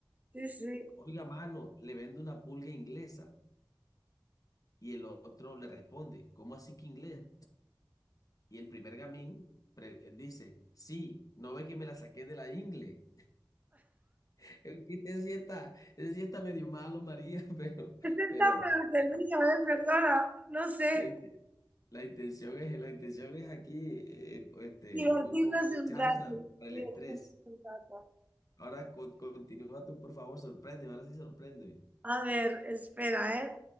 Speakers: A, on the right (about 20°); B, on the left (about 45°).
A: sí. sí.
B: Oiga, mano, le vende una pulga inglesa. Y el otro le responde, ¿cómo así que inglés? Y el primer gamín pre- eh, dice, sí, no ve que me la saqué de la ingle. <laughs> Ese sí está, ese sí está medio malo, María, <laughs> pero,
A: Este
B: pero.
A: está peor que el mío, ¿eh? Perdona, no sé.
B: La, inte- la intención es, la intención es aquí eh, pues, este,
A: Divertirnos
B: un poco de
A: un
B: salsa
A: rato.
B: para
A: Divertirnos
B: el estrés.
A: un rato.
B: Ahora con- continúa tú, por favor, sorpréndeme, ahora sí sorpréndeme. <laughs>
A: A ver, espera, ¿eh?